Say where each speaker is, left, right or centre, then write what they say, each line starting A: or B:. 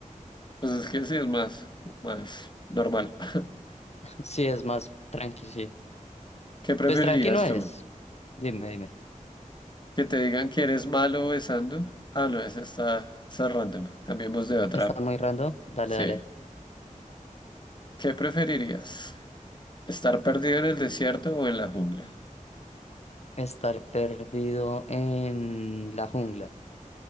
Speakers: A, on the left; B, on the left.
A: Pues es que sí es más, más normal. <laughs>
B: <laughs> Sí, es más tranqui, sí.
A: ¿Qué preferirías
B: Pues tranqui no es.
A: tú?
B: Dime, dime.
A: Que te digan que eres malo besando. Ah, no, esa está, está random. Cambiemos de otra.
B: ¿Está muy random? Dale,
A: Sí.
B: dale.
A: ¿Qué preferirías? ¿Estar perdido en el desierto o en la jungla?
B: Estar perdido en la jungla.